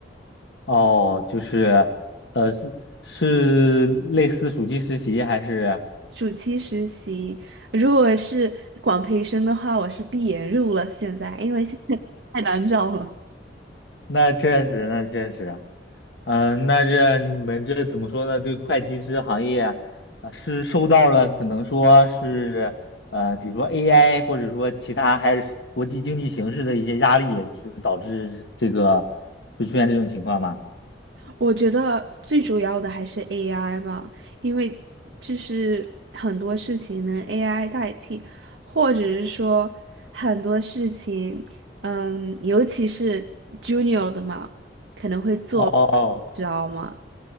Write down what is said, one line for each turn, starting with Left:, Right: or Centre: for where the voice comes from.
Left: 哦，就是，呃，是是类似暑期实习还是？
Right: 暑期实习，如果是广培生的话，我是闭眼入了。现在，因为现在太难找了。
Left: 那确实，那确实。嗯、呃那这你们这怎么说呢？这个会计师行业啊，啊是受到了可能说是呃，比如说 AI 或者说其他还是国际经济形势的一些压力，就是导致这个会出现这种情况吗？
Right: 我觉得最主要的还是 AI 吧，因为就是很多事情能 AI 代替，或者是说很多事情，嗯，尤其是 junior 的嘛，可能会做，
Left: 哦，
Right: 知道吗？